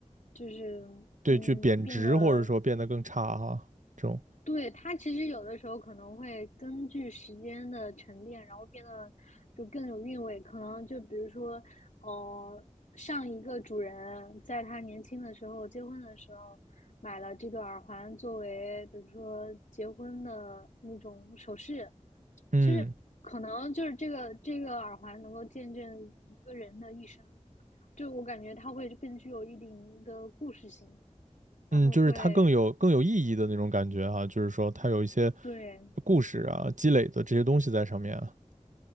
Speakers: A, on the left (about 75°); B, on the right (about 80°).
A: 就是嗯变得
B: 对，就贬值或者说变得更差哈，这种，
A: 对，它其实有的时候可能会根据时间的沉淀，然后变得就更有韵味。可能就比如说，呃，上一个主人在他年轻的时候结婚的时候买了这个耳环作为，比如说结婚的那种首饰。
B: 嗯
A: 其实可能就是这个这个耳环能够见证一个人的一生，就我感觉它会更具有一定的故事性，然后会
B: 嗯，就是它更有更有意义的那种感觉哈，就是说它有一些
A: 对。
B: 故事啊，积累的这些东西在上面啊，